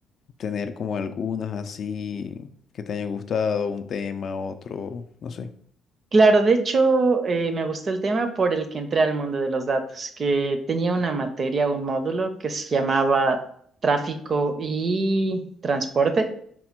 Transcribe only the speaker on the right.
Claro, de hecho, eh, me gustó el tema por el que entré al mundo de los datos, que tenía una materia, un módulo que se llamaba tráfico y transporte.